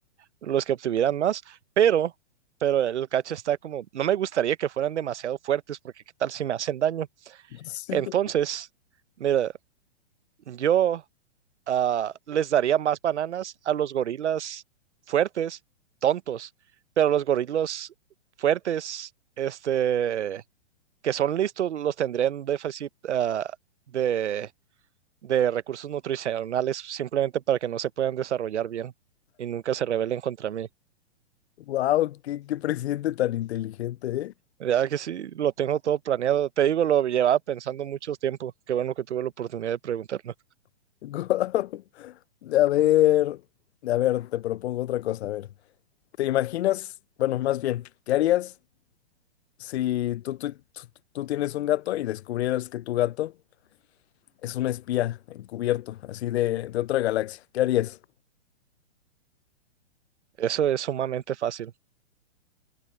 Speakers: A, on the right; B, on the left.
A: los que obtuvieran más, pero pero el cacho está como, no me gustaría que fueran demasiado fuertes porque qué tal si me hacen daño.
B: <laughs> Sí.
A: Entonces, mira, yo ah, les daría más bananas a los gorilas fuertes, tontos, pero los gorilas fuertes, este, que son listos, los tendrían un déficit ah, de, de recursos nutricionales simplemente para que no se puedan desarrollar bien y nunca se rebelen contra mí.
B: Wow, qué, qué presidente tan inteligente, ¿eh?
A: Ya que sí, lo tengo todo planeado. Te digo, lo llevaba pensando mucho tiempo. Qué bueno que tuve la oportunidad de preguntarlo.
B: <laughs> Guau. A ver, a ver, te propongo otra cosa. A ver, ¿te imaginas? Bueno, más bien, ¿qué harías si tú, tú, tú, tú tienes un gato y descubrieras que tu gato Es un espía encubierto, así de, de otra galaxia. ¿Qué harías?
A: Eso es sumamente fácil.